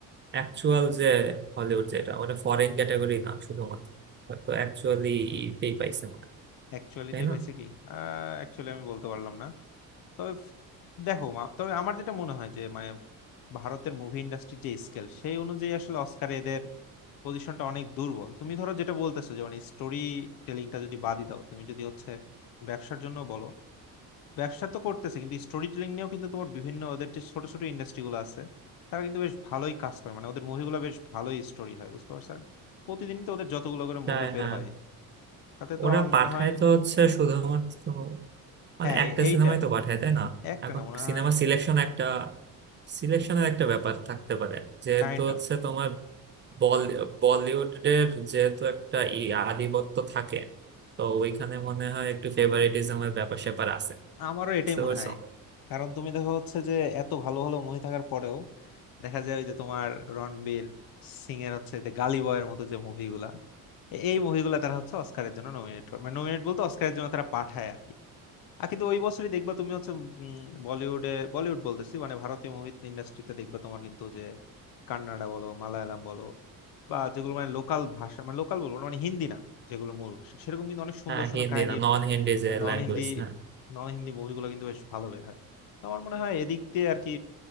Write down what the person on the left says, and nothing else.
অ্যাকচুয়ালিতে
পাইছে কি অ্যাকচুয়ালি আমি বলতে পারলাম না তবে ফ- দেখো মা- তবে আমার যেটা মনে হয় যে মানে ভারতের মুভি ইন্ডাস্ট্রির যে স্কেল সেই অনুযায়ী আসলে অস্কারে এদের পজিশনটা অনেক দুর্বল তুমি ধরো যেটা বলতেছো যে মানে স্টোরি টেলিংটা যদি বাদই দাও তুমি যদি হচ্ছে ব্যবসার জন্য বলো ব্যবসা তো করতেছে কিন্তু স্টোরি টেলিং নিয়েও কিন্তু তোমার বিভিন্ন ওদের যে ছোট ছোট ইন্ডাস্ট্রি গুলো আছে তারা কিন্তু বেশ ভালোই কাজ করে মানে ওদের মুভিগুলো বেশ ভালোই স্টোরি হয় বুঝতে পারছো আর প্রতিদিন তো ওদের যতগুলো করে
মুভি বের
হয় তাতে তো
আমার
মনে হয়
হ্যাঁ
এ- এইটা
একটা
না মনে
হয়
কাইন্ড
অফ
আমারও এটাই
মনে
হয় কারণ তুমি দেখো হচ্ছে যে এত ভালো ভালো মুভি থাকার পরেও দেখা যায় ওই যে তোমার রণবীর সিং এর হচ্ছে যে গালি বয়ের মতো যে মুভিগুলা এই মুভিগুলা তারা হচ্ছে অস্কারের জন্য নমিনেট করে মানে নমিনেট বলতে অস্কারের জন্য তারা পাঠায় আর কি আর কিন্তু ওই বছরই দেখবা তুমি হচ্ছে উম, বলিউডে বলিউড বলতেছি মানে ভারতীয় মুভি ইন্ডাস্ট্রিতে দেখবা তোমার কিন্তু যে কান্নাডা বলো মালায়ালাম বলো বা যেগুলো মানে লোকাল ভাষা মানে লোকাল বলবো না, মানে হিন্দি না যেগুলো মূল ভাষা সেরকম কিন্তু অনেক সুন্দর
সুন্দর
কাহিনীর
নন
হিন্দি
নন হিন্দি মুভিগুলো কিন্তু বেশ ভালো বের হয় তো আমার মনে হয় এদিক দিয়ে আর কি